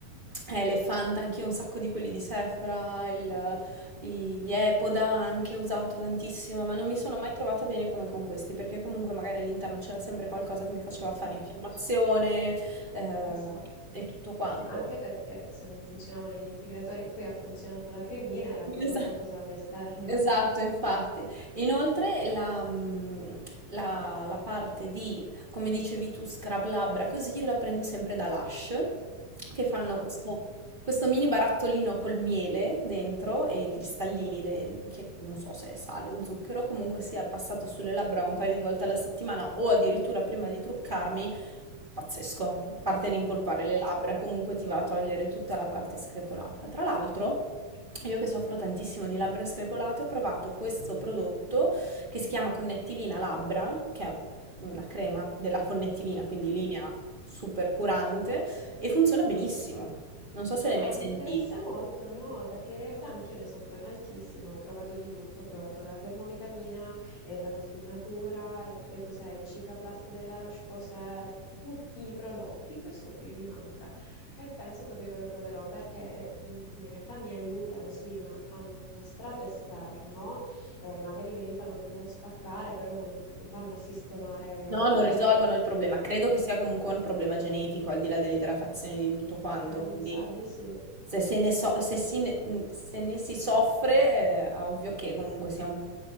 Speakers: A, on the right (about 35°); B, on the left (about 60°).
A: Elephant, anch'io un sacco di quelli di Sephora, il, i- gli Epoda anche ho usato tantissimo, ma non
B: Mm,
A: mi sono mai trovata bene come con questi, perché comunque magari all'interno c'era sempre qualcosa che mi faceva fare
B: Qualcosa.
A: infiammazione eh,
B: Esatto.
A: e tutto quanto.
B: Anche perché se non funzionavano gli integratori e poi ha funzionato la cremina, era proprio
A: Esa-
B: un qualcosa all'esterno.
A: Esatto, infatti. Inoltre la, mm, la- la parte di, come dicevi tu, scrub labbra, così io la prendo sempre da Lush, che fanno
B: Ah,
A: questo,
B: sì,
A: questo mini barattolino col miele dentro e i cristallini, de- che non so se è sale o zucchero, comunque sia passato sulle labbra un paio di volte alla settimana o addirittura prima di truccarmi Pazzesco, a parte rimpolpare
B: pazzesco.
A: le labbra, comunque ti va a togliere tutta la parte screpolata. Tra l'altro, io che soffro tantissimo di labbra screpolate, ho provato questo prodotto che si chiama Connettivina Labbra, che è una crema della connettivina, quindi
B: Mhm.
A: linea super curante, e funziona benissimo. Non so se l'hai
B: Ah,
A: mai sentita.
B: mi interessa molto, no, perché in realtà anch'io ne soffro tantissimo, ho provato di tutto, ho provato la dermovitamina, eh, la vasellina pura e poi cos'è il Cicaplast della Roche-Posay, tutti i prodotti, questo qui mi manca e penso proprio che lo proverò perché mh, in realtà mi aiutano, sì, ma fanno uno strato esterno, eh, magari mi aiutano a non spaccare, però non, non vanno a sistemare
A: No,
B: il...
A: non risolvono il problema.
B: il-
A: Credo
B: il-
A: che sia comunque un problema genetico, al di là dell'idratazione e di tutto quanto.
B: Eh,
A: Quindi
B: mi sa di sì.
A: se, se ne, so- se si ne- se ne si soffre, eh, è ovvio che comunque sia un-